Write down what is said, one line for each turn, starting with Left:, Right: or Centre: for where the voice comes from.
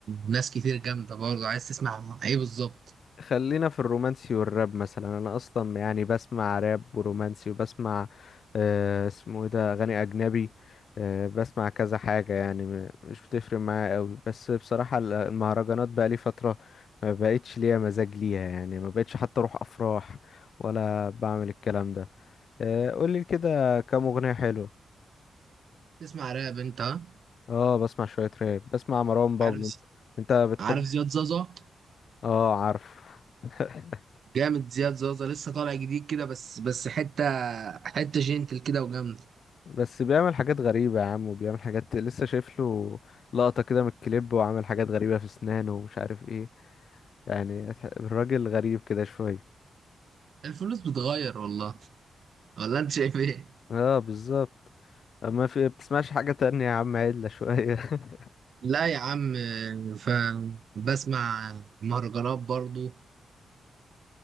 Right: ناس كتير جامدة برضه عايز تسمع ايه بالظبط
Left: خلينا في الرومانسي والراب مثلا انا اصلا يعني بسمع راب ورومانسي وبسمع آه اسمه ايه ده اغاني اجنبي آه بسمع كذا حاجه يعني م- مش بتفرق معايا قوي بس بصراحه ال- المهرجانات بقى لي فتره ما بقتش ليا مزاج ليها يعني ما بقتش حتى اروح افراح ولا بعمل الكلام ده آه قولي كده كام اغنيه حلوه
Right: تسمع راب انت ها؟
Left: اه بسمع شويه راب بسمع مروان بابلو
Right: عارف
Left: انت بتحب
Right: عارف زياد زازا
Left: اه عارف <laughs>
Right: جامد زياد زازا لسه طالع جديد كده بس بس حتة حتة جنتل كده وجامدة
Left: بس بيعمل حاجات غريبة يا عم وبيعمل حاجات لسه شايف له لقطة كده من الكليب وعامل حاجات غريبة في اسنانه ومش عارف ايه يعني الراجل غريب كده شوية
Right: الفلوس بتغير والله ولا انت شايف ايه
Left: اه بالظبط آه، ما في بتسمعش حاجة تانية يا عم عدلة شوية <laughs>
Right: لا يا عم ف بسمع مهرجانات برضو